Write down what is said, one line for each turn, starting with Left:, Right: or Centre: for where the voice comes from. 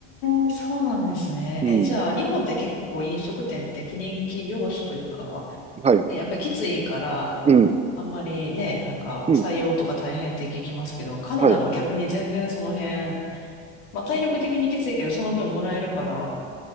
Left: えー、そうなんですね。
Right: うん。
Left: え、じゃあ、日本って結構飲食店って不人気業種というか、
Right: はい。
Left: ね、やっぱりきついから、
Right: うん。
Left: あんまりね、なんか採用とか大変って聞きますけど、
Right: うん。
Left: カナダは逆に全然その辺、
Right: はい。
Left: まあ体力的にきついけど、その分もらえるから、